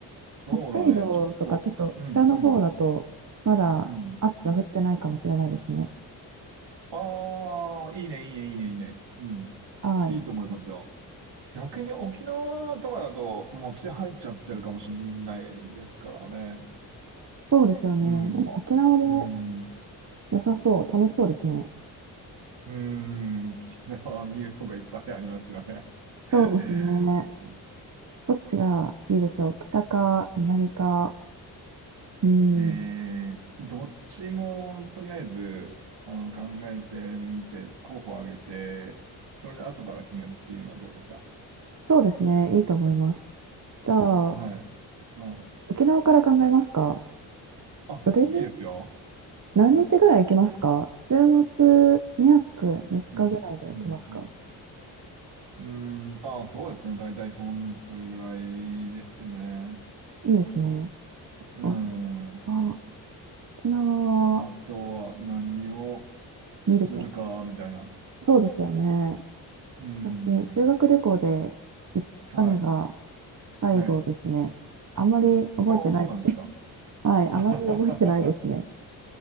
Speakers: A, on the right; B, on the right.
A: そうだね。
B: う。北海道とか、
A: ちょっと、
B: ちょっと北の方だと、
A: うん、うん、
B: まだ雨が降ってないかもしれないですね。
A: うん。ああ、いいね、いいね、いいね、いいね。うん。
B: はい。
A: いいと思いますよ。逆に沖縄とかだと、もう血入っちゃってるかもしれないですからね。
B: そうですよね。
A: うん、
B: でも沖縄も
A: うん、
B: 良さそう。楽しそうですね。
A: うん、キラーミュートがいっぱいありますよね。<laughs>
B: そうですね。
A: うん
B: どっちがいいでしょう。北か南かうん。
A: えー、どっちもとりあえずあの考えてみて、候補を挙げて、それで後から決めるっていうのはどうですか
B: そうですね。いいと思います。じゃあ、
A: はい。はい。
B: 沖縄から考えますか
A: あ、
B: それ、
A: いいですよ。あ、
B: 何日ぐらい行きますか週末2泊3日ぐらいで行きますか
A: うん、うん、うん。うん、あ、そうですね。大体そん、それぐらいですね。
B: いいですね。
A: うん。
B: おあ、沖縄は
A: あとは何をするか、
B: 見るか。
A: みたいな。
B: そうですよね。
A: うん。
B: 私、修学旅行で行ったのが
A: はい。
B: 最後ですね。
A: はい。
B: あんまり覚えてない。
A: ああ、そうなんですか。
B: はい、あまり覚えてないですね。
A: <laughs> あ